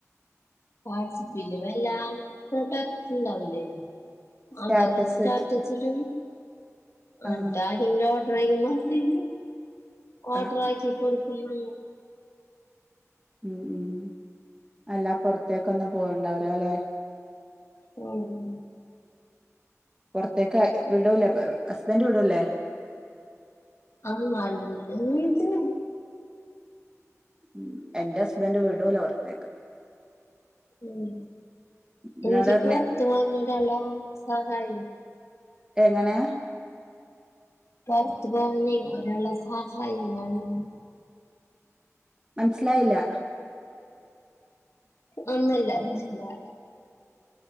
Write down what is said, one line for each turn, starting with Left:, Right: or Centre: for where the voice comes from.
Left: വാട്സ്ആപ്പ് ൽ വല പ്രൊഡക്സ് ഉണ്ടാവൂലേ
Right: സ്റ്റാറ്റസ്
Left: അതൊക്കെ സ്റ്റാറ്റസ്
Right: വെച്ചിട്ട്
Left: ഇടും
Right: ആഹ്
Left: എന്നിട്ട് ആരെങ്കിലും ഓഡർചെയ്യുമ്പോൾ ഓഡർ
Right: ആഹ്
Left: ആക്കികൊടുക്കും <unintelligible>
Right: മ് മ് അല്ലാ പുറത്തേക്കൊന്നും പോയിണ്ടാവില്ല അല്ലേ?.
Left: മ്
Right: പുറത്തേക്ക് വിടൂലേ ഹസ്ബൻ്റ വിടൂല്ലേ?.
Left: ആ <inaudible> വീടു
Right: ഉം എന്റെ ഹസ്ബൻ്റ വീടുല പുറത്തേക്ക്
Left: ഉം
Right: എന്നോട്
Left: എനിക്ക്
Right: പറഞ്ഞ്
Left: പൊറുത്ത് പോകുന്നതിനെകാളും എല്ലാം സഹായ
Right: എങ്ങനെയാ?.
Left: പൊറത്ത് പോയിവീ ഒരാള സഹായം വേണം.
Right: മനസ്സിലായില്ല.
Left: ഒന്നൂല്ല ഒന്നൂല്ല